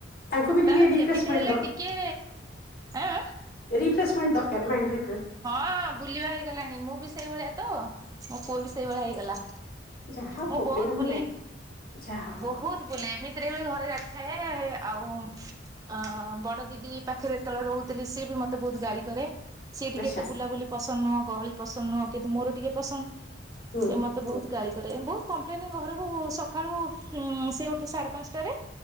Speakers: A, on the left; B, on the right.
A: ତାଙ୍କୁ ବି ଟିକେ
B: ତାର
A: ରିଫ୍ରେସମେଣ୍ଟ
B: ଯେମିତି ହେଲେ ଟିକେ ଆଁ ଆଁ
A: ରିଫ୍ରେସମେଣ୍ଟ୍ ଦରକାର ମାଇଣ୍ଡ୍ ରି
B: ହଁ ବୁଲିବା ହେଇଗଲାଣି ମୁଁ ବି ସେଇଭଳିଆ ତ। ମୋ ପୁଅ ବି ସେଇଭଳିଆ ହେଇଗଲା।
A: ଯାହା
B: ମୁଁ
A: ହଉ
B: ବହୁତ
A: ପିଲାମାନେ
B: ବୁଲେ।
A: ଯାହା ହଉ।
B: ବହୁତ ବୁଲେ ଏମିତିରେ ବି ଘରେ ଯାଇଥାଏ ଆଉ ଆ ବଡ ଦିଦି ପାଖେରେ ଯେତେବେଳେ ରହୁଥିଲି ସିଏ ବି ମତେ ବୋହୁତ ଗାଳି କରେ। ସିଏ ଟିକେ
A: ଆଚ୍ଛା
B: ଏତେ ବୁଲାବୁଲି ପସନ୍ଦ ନୁହଁ ଗହଳି ପସନ୍ଦ ନୁହଁ କିନ୍ତୁ ମୋର ଟିକେ ପସନ୍ଦ
A: ହୁଁ
B: ସେ ମ ତେ ବୋହୁତ ଗାଳି କରେ ବୋହୁତ କପ୍ଲେନେ ଘରକୁ ସଖାଳୁ ହୁଁ ସିଏ ଉଠେ ସାଡେ ପାଂଶଟାରେ